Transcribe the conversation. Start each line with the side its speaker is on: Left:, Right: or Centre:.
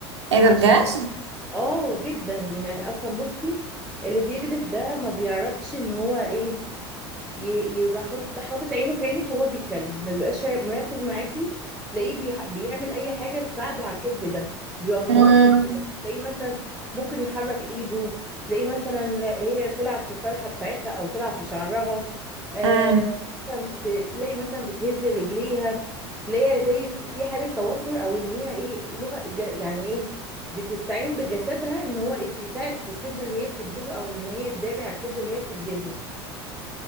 Right: ايه ده
Centre: عشان
Right: بجد؟
Centre: اه جدا يعني اصلا بصي اللي بيكذب ده ما بيعرفش ان هو ايه ي- يبقى حاطط حاطط عينه في عينك وهو بيتكلم ما بيبقاش فا- مركز معاكي تلاقيه بيح- بيعمل اي حاجه تساعده على الكذب ده بيبقى متوتر
Right: امم
Centre: كده تلاقيه مثلا ممكن يحرك ايده تلاقيه مثلا لا- هي تلعب في الطرحه بتاعتها او تلعب في شعرها آم،
Right: امم
Centre: مثلا ت- تلاقي مثلا بتهز رجليها تلاقيها زي في في حاله توتر او ان هي ايه لغه ج- يعني ايه بتستعين بجسدها ان هو يساعد في الكذب اللي هي بتكذبه او ان هي تدافع على الكذب اللي هي بتكذبه